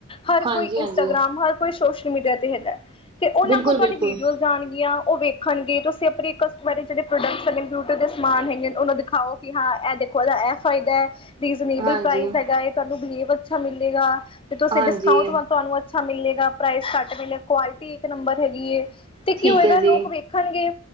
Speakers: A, on the left; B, on the right.
A: ਹਰ
B: ਹਾਂਜੀ
A: ਕੋਈ ਇੰਸਟਾਗ੍ਰਾਮ
B: ਹਾਂਜੀ
A: ਹਰ ਕੋਈ ਸੋਸ਼ਲ ਮੀਡੀਆ ਤੇ ਹੈਗਾ ਐ ਤੇ ਓਨਾ
B: ਬਿਲਕੁਲ
A: ਕੋਲ ਤੁਆਡੀ
B: ਬਿਲਕੁਲ
A: ਵੀਡੀਓਜ਼ ਜਾਨਗੀਆ ਓ ਵੇਖਂਗੇ ਤੁਸੀ ਅਪਨੇ ਕਸਟਮੇਟਿਕ ਜੇੜੇ ਪ੍ਰੋਡਕਟਸ ਬਨੇ ਬਿਊਟੀ ਦੇ ਸਮਾਨ ਹੈਗੇ ਨੇ ਓਨਾ ਦਿਖਾਓ ਕੀ ਹਾਂ ਏ ਦੇਖੋ ਏਦਾ ਐ ਫਾਇਦਾ ਐ ਰੀਜ਼ਨੇਬਲ
B: ਹਾਂਜੀ।
A: ਪਾ੍ਈਸ ਹੈਗਾ ਐ ਤਾਨੂੰ ਬਿਹੇਵ ਅੱਛਾ ਮਿਲੇਗਾ। ਤੇ ਤੁਸੀ
B: ਹਾਂਜੀ,
A: ਡਿਸਕਾਉਂਟ ਤਾਨੂੰ ਅੱਛਾ ਮਿਲੇਗਾ ਪ੍ਰਾਈਸ ਘੱਟ ਮਿਲੇ ਕੁਆਲਟੀ ਇੱਕ ਨੰਬਰ ਹੈਗੀ ਏ। ਤੇ
B: ਠੀਕ
A: ਕੀ ਹੋਏਗਾ
B: ਹੈ ਜੀ,
A: ਲੋਕ ਵੇਖਨਗੇ